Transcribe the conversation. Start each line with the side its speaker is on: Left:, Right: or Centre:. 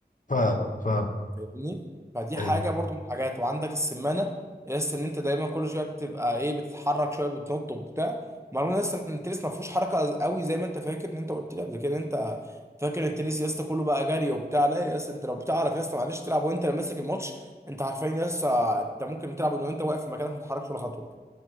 Left: فاهمك فاهمك
Right: فاهمني فدي حاجه
Left: يعني
Right: برضو من الحاجات وعندك السمانه لسه ان انت دايما كل شويه بتبقى ايه بتتحرك شويه بتنط وبتاع مرة لسه ان التنس ما فيهوش حركه قوي زي ما انت فاكر ان انت قلت لي قبل كده إن انت فاكر التنس يا اسطى كله بقى جري وبتاع لا يا اسطى انت لو بتعرف يا اسطى معلش تلعب وانت اللي ماسك الماتش انت عارفين يا اسطى انت ممكن تلعب وانت واقف في مكانك ما تتحركش ولا خطوه